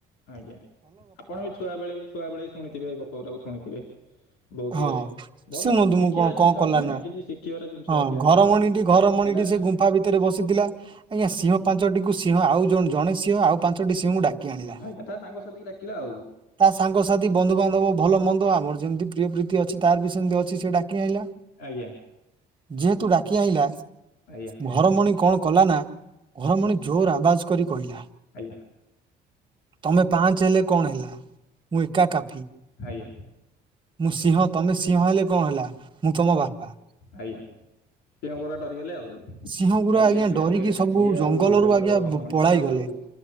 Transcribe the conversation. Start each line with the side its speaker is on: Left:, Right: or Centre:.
Left: ଆଜ୍ଞା ଆପଣ ବି ଛୁଆବେେଳେ ବି ଛୁଆବେଳେ ବି ଶୁଣିଥିବେ ଗପ ଉଡାକୁ ଶୁଣିଥିବେ। ବହୁତ
Right: ହଁ
Left: ଇଏରେ ଭଲ
Right: ଶୁଣନ୍ତୁ
Left: କିଛି ଶିଖିବା
Right: ମୁଁ କଣ
Left: ଜିନିଷ
Right: କଣ କଲା
Left: ଅଛି
Right: ନା
Left: କିଛି ଶିଖିବାର ଜିନିଷ
Right: ହଁ
Left: ଅଛି ଆ
Right: ଘର
Left: ଦେହରୁ
Right: ମଣିଟି ଘର ମଣିଟି
Left: ଏଇଟା
Right: ସେ ଗୁମ୍ଫା ଭିତରେ ବସ ସିଥିଲା ଆଜ୍ଞା ସିଂହ ପାଞ୍ଚଟି କୁ ସିଂହ ଆଉ ଜଣ ଜଣେ ସିଂହ ଆଉ ପାଞ୍ଚଟି ସିଂହଙ୍କୁ ଡାକ କି ଆଣିଲା।
Left: ଆଜ୍ଞା ତା ସାଙ୍ଗସାଥିକି ଡାକିଲା ଆଉ
Right: ତା ସାଙ୍ଗସାଥି, ବନ୍ଧୁବାନ୍ଧବ, ଭଲ ମନ୍ ଦ ଆମର ଯେମିତି ପ୍ରିୟ ପ୍ରୀତି ଅଛି ତାର ବି ସେମିତି ଅଛି ସିଏ ଡାକି ଆଣିଲା।
Left: ଆଜ୍ଞା
Right: ଯେହେତୁ ଡାକି ଆଇଁଲା
Left: ଆଜ୍ଞା
Right: ଘରମଣି କଣ କଲାନା ଘରମଣି ଜୋର ଆବାଜ କରି କହିଲା।
Left: ଆଜ୍ଞା।
Right: ତୋମେ ପାଞ୍ଚ ହେଲେ କଣ ହେଲା। ମୁଁ ଏକା କା
Left: ଆଜ୍ଞା।
Right: ମୁଁ ସିଂହ। ତୋମେ ସିଂହ ହେଲେ କଣ ହେଲା ମୁଁ ତୋମ ବାପା।
Left: ଆଜ୍ଞା ସିଏ ପୁରା ଡରିଗଲେ ଆଉ
Right: ସିଂହ ଗୁରା
Left: ଡରି
Right: ଆଜ୍ଞା
Left: ଯାଇଥିବେ
Right: ଡରିକି
Left: ଆଉ କହିବେ ଏଇଟା
Right: ସବୁ
Left: କିଏ ଆଉ
Right: ଜଙ୍ଗଲରୁୁ
Left: ଏଡ଼େ ବଡ଼
Right: ଆଜ୍ଞା ପ-ପଳାଇ
Left: ମଣିଷଟା ଆଉ
Right: ଗଲେ।